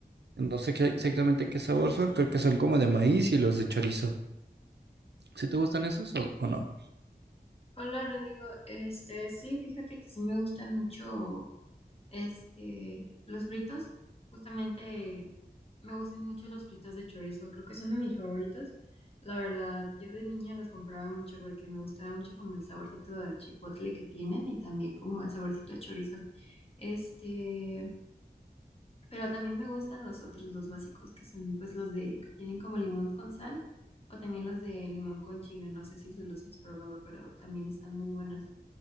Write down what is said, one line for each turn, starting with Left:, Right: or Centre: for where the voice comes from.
Right: no sé qué- exactamente qué sabor son, creo que son como de maíz y los de chorizo. ¿Si te gustan esos o, o no?
Left: Hola Rodrigo, este sí, fíjate que sí me gustan mucho este los fritos, justamente me gustan mucho los fritos de chorizo, creo que son de mis favoritos. La verdad, yo de niña los compraba mucho porque me gustaba mucho como el saborcito de chipotle que tienen y también como el saborcito a chorizo. Este, pero también me gustan los otros, los básicos, que son pues los de que tienen como limón con sal o también los de limón con chile, no sé si se los has probado, pero también están muy buenos.